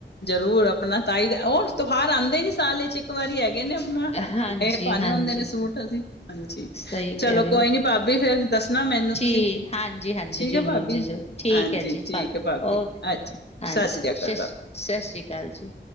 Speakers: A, on the left; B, on the left.
A: ਜ਼ਰੂਰ ਆਪਣਾ। ਤਾਈ ਦਾ ਉਹ ਤਿਉਹਾਰ ਆਉਂਦੇ ਨੀ ਸਾਲੇ ਚ ਇੱਕ ਵਾਰੀ ਹੈਗੇ ਨੇ। ਇਹ
B: ਹਾਂਜੀ
A: ਪਾਣੇ
B: ਹਾਂਜੀ
A: ਹੁੰਦੇ ਨੇ ਸੂਟ ਅਸੀਂ ਹਾਂਜੀ।
B: ਸਹੀ
A: ਚਲੋ,
B: ਕਹਿ ਰਹੇ
A: ਕੋਈ
B: ਹੋ
A: ਨੀ ਭਾਬੀ ਫੇਰ ਦੱਸਣਾ ਮੈਨੂੰ ਤੁਸੀਂ
B: ਠੀਕ ਹਾਂਜੀ- ਹਾਂਜੀ
A: ਠੀਕ
B: ਜ਼ਰੂਰ
A: ਹੈ ਭਾਬੀ
B: ਜੀ ਠੀਕ
A: ਹਾਂਜੀ
B: ਹੈ ਜੀ,
A: ਠੀਕ
B: ਪਰ
A: ਹੈ ਭਾਬੀ
B: ਓਕੇ,
A: ਅੱਛਾ
B: ਹਾਂ।
A: ਸਤਿ ਸ੍ਰੀ ਅਕਾਲ
B: ਸ
A: ਭਾਬੀ
B: ਸਤਿ ਸ਼੍ਰੀ ਅਕਾਲ ਜੀ।